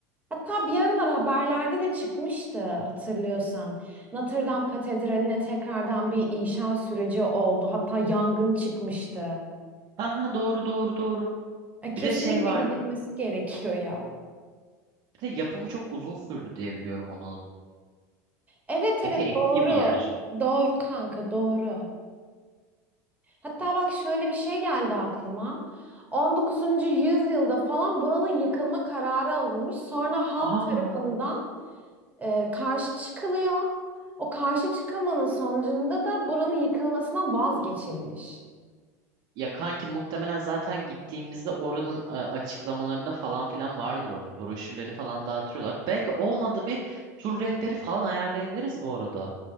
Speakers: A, on the right (about 15°); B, on the right (about 55°).
A: Hatta bir aralar haberlerde de çıkmıştı hatırlıyorsan. Notre Dame Katedrali'ne tekrardan bir inşa süreci oldu. Hatta yangın çıkmıştı.
B: Ha ha doğru doğru doğru.
A: E, Kesinlikle
B: Bir de şey vardı.
A: gidilmesi gerekiyor ya.
B: Bir de yapımı çok uzun sürdü diye biliyorum onun.
A: Evet evet
B: Epey eski
A: doğru.
B: bir yer.
A: Doğru kanka doğru. Hatta
B: Ya,
A: bak şöyle bir şey geldi aklıma. On dokuzuncu yüzyılda falan buranın yıkılma kararı alınmış. Sonra halk
B: aa
A: tarafından e, karşı çıkılıyor. O karşı çıkılmanın sonucunda da buranın yıkılmasından vazgeçilmiş.
B: ya kanki muhtemelen zaten gittiğimizde oranın e, açıklamalarında falan filan vardır onun. Broşürlerini falan dağıtıyorlar. Belki olmadı bir tur rehberi falan ayarlayabiliriz bu arada.